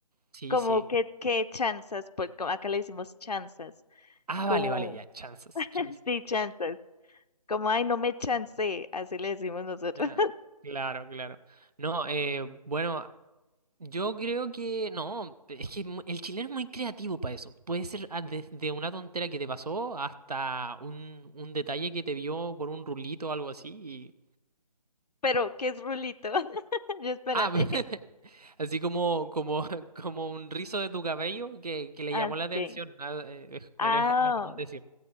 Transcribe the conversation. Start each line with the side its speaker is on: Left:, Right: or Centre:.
Right: Sí,
Left: Como
Right: sí.
Left: que, qué chanzas, pues como acá le decimos chanzas,
Right: Ah,
Left: como,
Right: vale, vale, ya, chances,
Left: <laughs>
Right: chances.
Left: sí, chanzas, como, ay, no me chancé, así le decimos nosotros.
Right: Ya, claro, claro. No, eh, bueno, yo creo que no, es que mu- el chileno es muy creativo para eso. Puede ser ah, desde una tontera que te pasó hasta un, un detalle que te vio por un rulito o algo así.
Left: Pero, ¿qué es rulito? <laughs> Yo espérate.
Right: Ah, <laughs> así como, como, <laughs> como un rizo de tu cabello que, que le
Left: Ah,
Right: llamó
Left: ok.
Right: la atención. Ah, eh, eh,
Left: Ah,
Right: era, era como un decir.